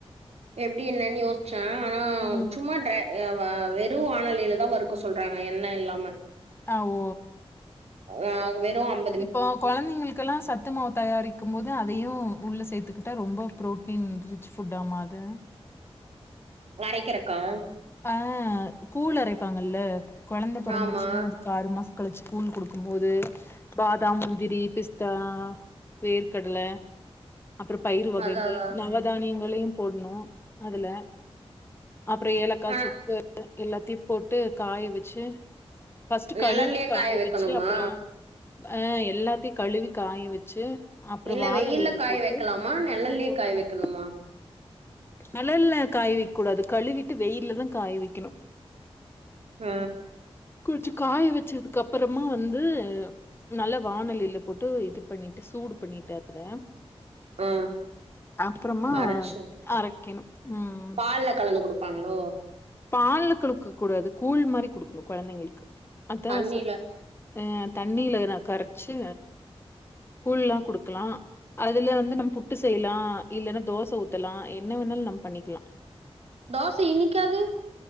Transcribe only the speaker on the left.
ம்
ஆ ஓ
இப்போ கொழந்தைங்களுக்குலா சட் சத்து மாவு தயாரிக்கு போது அதயு உள்ள சேத்துக்கிட்டா ரொம்ப புரோட்டீன் ரிச் ஃபுட்டாமா அது
ஆ கூழ் அரைப்பாங்கல்ல கொழந்த பொறந்துச்சுன்னா
அ ஆறு மாசோ கழிச்சு கூழ் குடுக்கும் போது பாதாம் முந்திரி பிஸ்தா வேர் கடல அப்றோ பயிர் வகைகள்
நவதானியங்களயு போட்ணு அதுல அப்றோ ஏலக்கா
சுக்கு எல்லாத்தயு காய வெச்சு ஃபஸ்ட்
கழுவி காய
வச்சு அப்றோ அ எல்லாத்தயு கழுவி காய வெச்சு அப்ற
வானலில
போட்டு
சூடு
பண்ணி
நெழல்ல காய வைக்க கூடாது கழுவிட்டு வெயிலதா காய வைக்கணு
கொஞ்சோ காய வச்சதுக்கு அப்றமா வந்து நல்ல வானலில போட்டு இது பண்ணிட்டு சூடு பண்ணிட்டு அத
அப்றமா
அரைக்கணு ம்
பால்ல குடுக்க கூடாது கூழ் மாரி குடுக்கணு கொழந்தைங்களுக்கு அதா
சத் அ தண்ணில எதுனா கரச்சு கூழ்ல்லா குடுக்லா அதுல வந்து நம்ம புட்டு செய்லா இல்லன்னா தோச ஊத்தலா என்ன வேணாலு நம்ம பண்ணிக்கலா